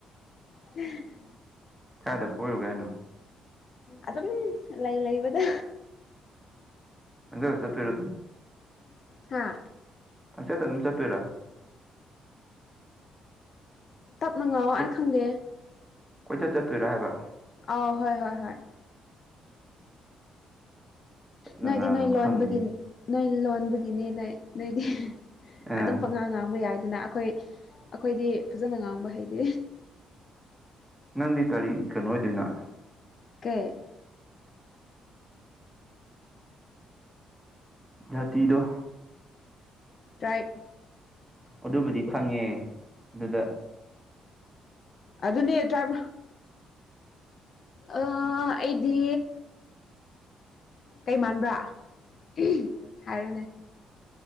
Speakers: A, on the left; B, in the centre.
A: <unintelligible>
B: ꯀꯥꯏꯗ ꯀꯣꯏꯔꯨꯒꯦ ꯍꯥꯏꯅꫭ
A: ꯑꯗꯨꯝ ꯂꯩ ꯂꯩꯕꯗ
B: ꯍꯪ ꯁꯠꯕꯤꯔꯣ
A: ꯍꯥ
B: ꯄꯪꯆꯠꯇ ꯑꯗꯨꯝ ꯆꯠꯇꯣꯏꯔꯥ
A: ꯇꯞꯅ ꯉꯥꯎꯑꯣ
B: ꯀꯣꯏ
A: ꯑꯩ ꯈꯪꯗꯦ
B: ꯀꯣꯏꯆꯠ ꯆꯠꯇꯣꯏꯔꯣ ꯍꯥꯏꯕ
A: ꯑ ꯍꯣꯏ ꯍꯣꯏ ꯍꯣꯏ
B: ꯇꯞꯅ
A: ꯅꯣꯏꯗꯤ
B: ꯉꯥꯡꯉꯨ
A: ꯅꯣꯏ ꯂꯣꯟꯕꯒꯤ
B: ꯈꯪꯗꯦ
A: ꯅꯣꯏ ꯂꯣꯟꯕꯒꯤꯅꯤ ꯅꯣꯏ ꯅꯣꯏꯗꯤ
B: ꯑꯦ
A: ꯑꯗꯨꯝ ꯄꯉꯥꯡ ꯉꯥꯡꯕ ꯌꯥꯏꯗꯅ ꯑꯩꯈꯣꯏ ꯑꯩꯈꯣꯏꯗꯤ ꯐꯖꯅ ꯉꯥꯡꯕ ꯍꯩꯇꯦ
B: ꯅꯪꯗꯤ ꯀꯔꯤ ꯀꯩꯅꯣ ꯑꯣꯏꯗꯣꯏꯅꯣ
A: ꯀꯩ
B: ꯌꯥꯇꯤꯗꯣ
A: ꯇ꯭ꯔꯥꯏ
B: ꯑꯗꯨꯕꯨꯗꯤ ꯐꯪꯉꯦ ꯑꯗꯨꯗ
A: ꯑꯗꯨꯅꯦ ꯇ꯭ꯔꯥꯞ ꯑꯥ ꯑꯩꯗꯤ ꯀꯩ ꯃꯥꯟꯕ꯭ꯔꯥ ꯎꯝ ꯍꯥꯏꯔꯅꯦ